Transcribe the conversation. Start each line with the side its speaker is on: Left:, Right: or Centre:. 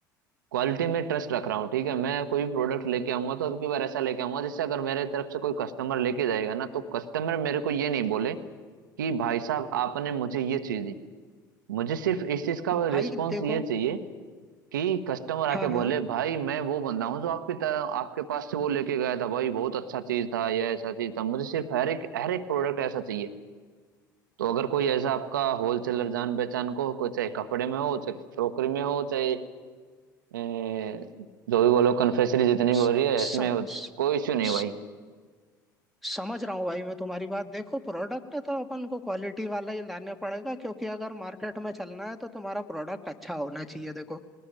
Right: क्वालिटी में ट्रस्ट रख रहा हूँ ठीक है मैं कोई भी प्रोडक्ट लेके आऊंगा तो अब की बार ऐसा लेके आऊंगा जिससे अगर मेरे तरफ से कोई कस्टमर लेके जाएगा ना तो कस्टमर मेरे को ये नहीं बोले कि भाई साहब आपने मुझे ये चीज दी मुझे सिर्फ इस चीज का रिस्पॉन्स
Centre: भाई देखो
Right: ये चाहिए कि कस्टमर आके
Centre: हाँ
Right: बोले
Centre: हाँ
Right: भाई मैं वो बंदा हूँ जो आपकी तरह आपके पास से वो लेके गया था भाई बहुत अच्छा चीज था यह ऐसा चीज था मुझे सिर्फ हर एक हर एक प्रोडक्ट ऐसा चाहिए तो अगर कोई ऐसा आपका होलसेलर जान पहचान को हो कोई चाहे कपड़े में हो चाहे क्रोकरी में हो चाहे ए, जो भी बोलो कन्फेक्शनरी जितनी भी
Centre: स,
Right: हो रही है इसमें
Centre: स, स,
Right: कोई इश्यू नहीं
Centre: स-
Right: भाई
Centre: समझ रहा हूँ भाई मैं तुम्हारी बात देखो प्रोडक्ट तो अपन को क्वालिटी वाला ही लाने पड़ेगा क्योंकि अगर मार्केट में चलना है तो तुम्हारा प्रोडक्ट अच्छा होना चाहिए देखो